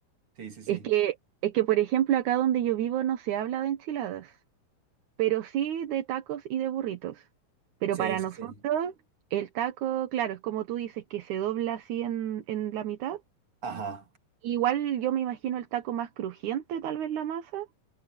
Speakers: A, on the right (about 45°); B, on the right (about 65°).
A: Sí, sí, sí.
B: Es que, es que, por ejemplo, acá donde yo vivo no se habla de enchiladas, pero sí de tacos y de burritos. Pero
A: Sí,
B: para
A: sí,
B: nosotros,
A: sí.
B: el taco, claro, es como tú dices, que se dobla así en, en la mitad.
A: Ajá.
B: Igual yo me imagino el taco más crujiente, tal vez la masa.